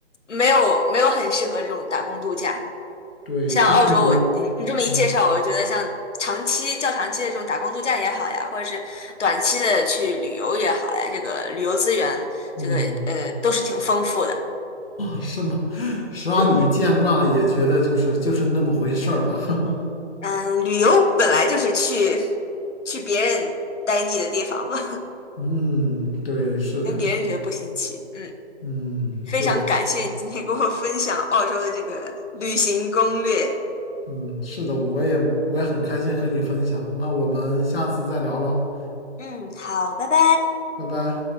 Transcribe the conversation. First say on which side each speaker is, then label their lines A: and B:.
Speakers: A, on the left (about 80°); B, on the left (about 55°).
A: 没有没有很适合这种打工度假。
B: 对，
A: 像澳洲我，
B: 不同国，
A: 你你这么一介绍，
B: 嗯
A: 我就觉得像长期较长期的这种打工度假也好呀，或者是短期的去旅游也好呀，这个旅游资源，
B: 嗯。
A: 这个呃都是挺丰富的。
B: 是吗？实际上你见惯了，
A: 嗯
B: 也觉得就是就是那么回事儿吧。<laughs>
A: 嗯，旅游本来就是去去别人待腻的地方嘛，
B: 嗯，对，
A: <laughs>
B: 是的，
A: 让别人觉得不新奇。
B: 是的，
A: 嗯，
B: 嗯，
A: 非常感谢你今天给我分享澳洲的这个旅行攻略。
B: 对，嗯，是的，我也我也很开心和你分享。那我们下次再聊喽，
A: 嗯，好，拜拜。
B: 拜拜。